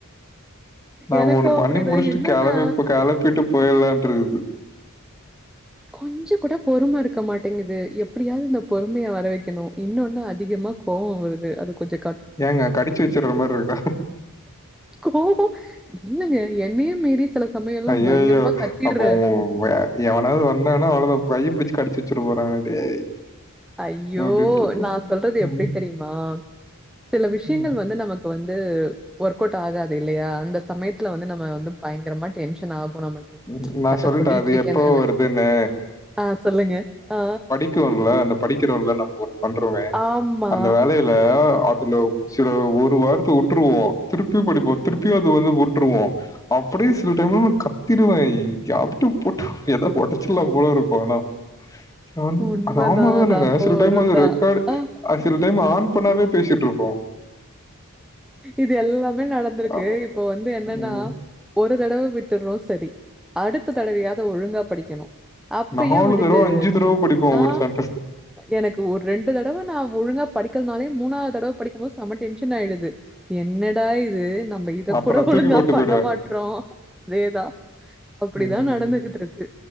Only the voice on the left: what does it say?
நா
ஒண்ணு
பண்ணி முடிச்ட்டு
கிளம்பி ப்ப கிளப்பிட்டு போய்லான்ருக்குது
ஏங்க கடிச்சு வச்சிட்ற மாரி இருக்கா
அய்யயோ
அப்போ உங்க வே எவனாது வந்தானா அவ்ளோதா கைய பிடிச்சு கடிச்சு வச்ட போறாங்க டேய்
அப்டின்ட்டு இருக்கு.
ம்.
ம்.
ம் நா
சொல்ட்டே
அது
எப்போ
வருதுன்னு.
அ நீக்குள்ள படிக்கிறோவல்ல நம்ம ஒண்ணு பண்றோமே
அந்த வேலையில் <unintelligible> அதுல சில ஒரு வார்த்த வுட்ருவோ திருப்பியு படிப்போ திருப்பியு அது வந்து வுட் ட்ருவோ அப்டியு சில டைம்லலா கத்திடுவ யார்டியு போட்டு ஏத ஓடச் சிலாம்போல இருக்கு ஆனா ஆம்
ஆமா தானங்க
சில டைம்லா
இது ஒரு <unintelligible>
சில டைம் ஆன் பண்ணாமவே பேசிட்டு இருப்போ
அ
ம்
நாலு
தடவ, தடவ படிப்போ
ஒரு சென்டன்ஸ்.
அப்ப
நா
தூக்கி போட்டு
போயிடுவே.
ம்